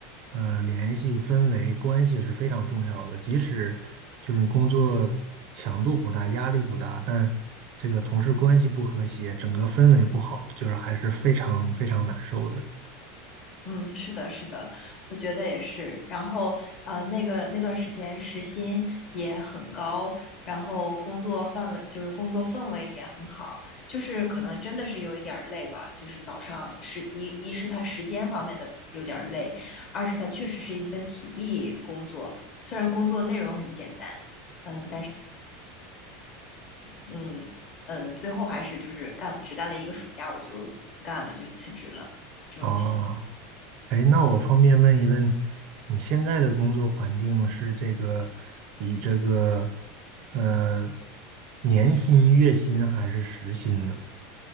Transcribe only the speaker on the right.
呃联系、氛围、关系是非常重要的。即使就是工作强度不大、压力不大，但这个同事关系不和谐，整个氛围不好，就是还是非常非常难受的。
哦。哎，那我方便问一问，你现在的工作环境是这个以这个呃年薪、月薪还是时薪呢？